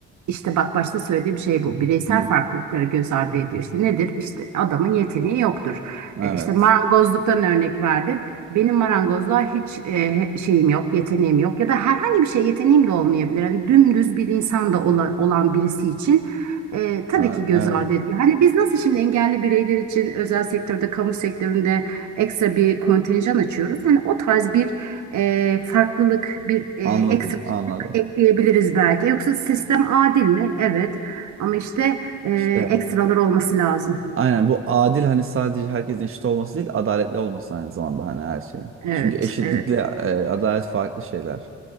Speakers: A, on the right; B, on the right.
A: İşte bak başta söylediğim şey bu. Bireysel
B: Hı,
A: farklılıkları göz ardı ediyor. İşte nedir? İşte adamın yeteneği yoktur. E,
B: evet.
A: işte marangozluktan örnek verdin. Benim marangozluğa hiç e, şeyim yok, yeteneğim yok. Ya da herhangi bir şey yeteneğim de olmayabilir. Yani dümdüz bir insan da ola- olan birisi için e, tabii
B: Ha,
A: ki göz
B: evet.
A: ardı ediyor. Hani biz nasıl şimdi engelli bireyler için özel sektörde, kamu sektöründe ekstra bir kontenjan açıyoruz. Hani o tarz bir e, farklılık, bir e,
B: Anladım,
A: ekstra
B: anladım.
A: ekleyebiliriz belki. Yoksa sistem adil mi? Evet. Ama işte e,
B: İşte
A: ekstralar olması lazım.
B: aynen bu adil hani sadece herkesin eşit olması değil, adaletli olması aynı zamanda hani her şeyin.
A: Evet,
B: Çünkü eşitlikle
A: evet,
B: e, adalet farklı şeyler.